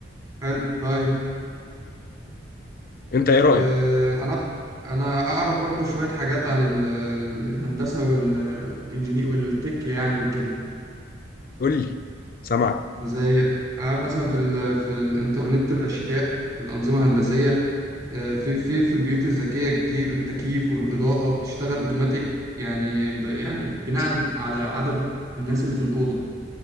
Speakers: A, on the right; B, on the left.
A: حلو طيب
B: انت ايه رأيك
A: أه انا انا اعرف برضو شوية حاجات عن ال- الهندسة والانجينير والتك يعني وكده
B: قول لي سامعك
A: زي عارف مثلا في ال في الانترنت الاشياء في الانظمه الهندسيه آه، في في في البيوت الذكيه كتير التكييف والاضاءه بتشتغل اوتوماتيك يعني ب يعني بناء على عدد الناس اللي في الاوضه